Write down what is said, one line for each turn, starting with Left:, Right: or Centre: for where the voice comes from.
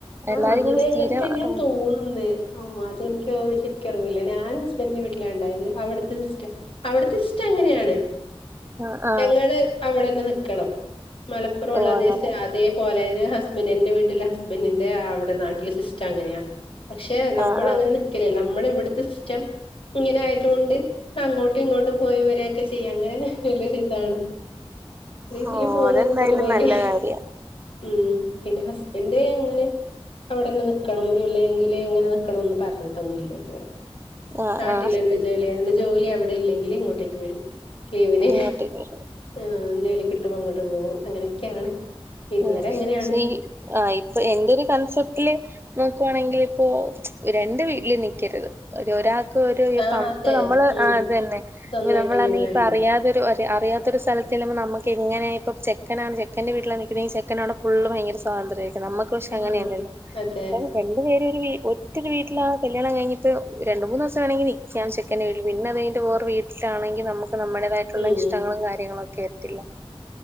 Right: എല്ലാരും
Left: അവിടെ
Right: ഇങ്ങനെ സ്ഥിരം
Left: അങ്ങനെ തന്നെയാ
Right: ആ
Left: തോന്നുന്നേ. ഓ അതെനിക്ക് ശരിക്ക ഓർമ്മല്ല്യ ഞാൻ ഹസ്ബൻഡിന്റെ വീട്ട്ലാ ഇണ്ടായത് അവിടുത്തെ സിസ്റ്റ അവ്ട്ത്തെ സ്റ്റം അങ്ങനെയാണ്.
Right: ആ ആ,
Left: ഞങ്ങള് അവിടെന്നെ ന്ന്ക്കണം മലപ്പുറള്ള
Right: ഓ
Left: അതേ
Right: അങ്ങനെ
Left: സാ അതേ പോലെന് ഹസ്ബൻഡ് എന്റെ വീട്ട്ലെ ഹസ്ബൻഡിന്റെ അവ്ടെ നാട്ടിലെ സിസ്റ്റം അങ്ങനെയാ. പക്ഷെ നമ്മൾ
Right: ആ ആ
Left: അങ്ങനെ നിക്കല് നമ്മൾ ഇവ്ട്ത്തെ സിസ്റ്റം. ഇങ്ങനെ ആയത് കൊണ്ട് അങ്ങോട്ടും ഇങ്ങോട്ടും പോയിവരൊക്കെ ചെയ്യാം അങ്ങനെ വല്ലൊരു ഇതാണ്. ഇതില്
Right: ഓ
Left: പോന്നത്തരുമേല്
Right: അതെന്തായാലും നല്ല കാര്യ
Left: ഉം പിന്നെ ഹസ്ബൻഡ് ഇങ്ങനെ. അവിടെന്നെ ന്ന്ക്കണം ഇല്ലങ്കിൽ അങ്ങനെ ന്ന്ക്കണംന്ന് പറഞ്ഞിട്ടൊന്നും ഇല്ല ഇതുവരെ.
Right: ആ
Left: നാട്ടിലെന്നെ
Right: ആ
Left: ജോലി അതിന്റെ ജോലി അവിടെ ഇല്ലെങ്കിൽ ഇങ്ങോട്ടേക്ക് വരും. ലീവിന്
Right: അങ്ങോട്ടേക്ക്
Left: ഹ് ജോലി കിട്ടുമ്പോൾ അങ്ങോട്ട് പോകും അങ്ങനെക്കെയാണ്. ഇതുവരെ
Right: ഉം
Left: ഇങ്ങനെയാണ്.
Right: പക്ഷേ ആ ഇപ്പൊ എന്റെ ഒരു കൺസെപ്റ്റ്ല് നോക്കുവാണെങ്കിൽ ഇപ്പോ രണ്ട് വീട്ടില് നിക്കരുത്. ഒരോ ഒരാ രു
Left: ആഹ്
Right: സം
Left: അതെ
Right: പ്പം നമ്മള്
Left: ഉം
Right: ആ തന്നെ
Left: സ്വന്തായിട്ട്
Right: നമ്മളെർഞ്ഞ്
Left: വീട് വേണം
Right: അറിയാതെരു അറിയാത്ത ഒരു സ്ഥലത്തി നമുക്ക് എങ്ങനെ ഇപ്പൊ ചെക്കനാണ് ചെക്കന്റെ വീട്ട്ലാ നി പിന്നെ ചെക്കനോടെ ഫുള്ള് ഭയങ്കര സ്വാതന്ത്രായിരിക്കും. നമ്മക്ക് പക്ഷെ
Left: ആഹ്
Right: അങ്ങനെയല്ലല്ലേ.
Left: അതെ
Right: രണ്ട് പേര് ഒരു വീ ഒറ്റ ഒരു വീട്ടിലാ കല്യാണം കഴ്ഞ്ഞിട്ട് രണ്ട്, മൂന്ന് ദിവസം വേണമെങ്കിൽ നിക്കാം ശെ പിന്നെ അത് കഴിഞ്ഞിട്ട് വേർ വീട്ടിലാണെങ്കിൽ നമുക്ക് നമ്മുടേതായിട്ടുള്ള
Left: ഉം
Right: ഇഷ്ടങ്ങളും കാര്യങ്ങളും ഒക്കെ എത്തില്ല.